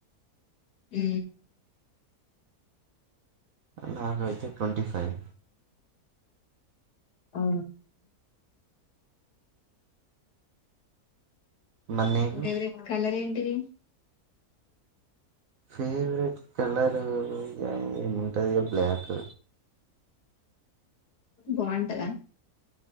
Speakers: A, on the left; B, on the right.
A: ఊ
B: నా టు ట్వంటీ ఫైవ్
A: అ
B: మరి నీకు
A: ఫేవరెట్ కలర్ ఏంటి త్రి
B: ఫేవరెట్ కలరు ఏముంటది ఇగ బ్లాక్
A: బాగుంటదా